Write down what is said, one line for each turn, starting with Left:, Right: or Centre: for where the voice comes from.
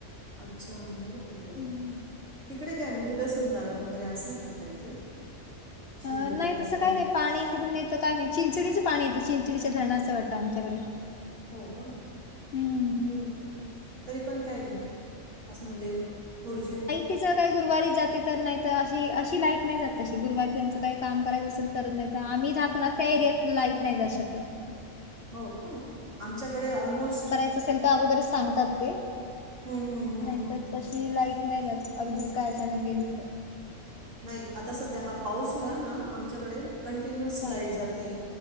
Right: अच्छा बरोबर बरोबर.
Left: हम्म.
Right: तिकडे काय मृदेसंधारण वगैरे असेय काय ते? शिरूरला
Left: नाही
Right: काहीतरी
Left: तसं काय
Right: आहे
Left: नाही पाणी कुठून येत काय माहि चिंचणीचं पाणी येतं चिंचणीच्या धरणाचं वाटतं आमच्याकडे.
Right: हो का
Left: हम्म
Right: हम् तरी पण काय नाही. असं म्हणजे थोडीशी
Left: तीज काही गुरुवारी जाते तर नाही तर अशी अशी लाईट नाही जात तशी गुरुवारी त्यांचं काही काम करायचं असेल करत नाही तर आम्ही राहातो ना त्या एरियात लाईट नाही जात शक्यातो.
Right: हो का? आमच्याकडे ऑलमोस्ट
Left: नसेल तर अगोदरच सगतात ते,
Right: हम्म हम्म हम्म
Left: नाहीतर
Right: हम्म
Left: त ती लाईत नाही जात अगदीच काय अचानक गेली तर.
Right: नाही, आता सध्या हा पाऊस झाला ना आमच्याकडे कंटिन्युअस
Left: हां
Right: लाईट जाते.